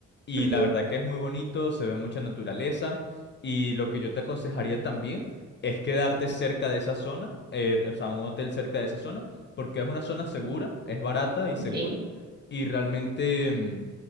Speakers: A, on the left (about 35°); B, on the right (about 35°).
A: Y
B: Ujú,
A: la verdad que es muy bonito, se ve mucha naturaleza. Y lo que yo te aconsejaría también es quedarte cerca de esa zona, eh, o sea, un hotel cerca de esa zona, porque es una zona segura, es barata y segura.
B: ok. Sí,
A: Y realmente... mm,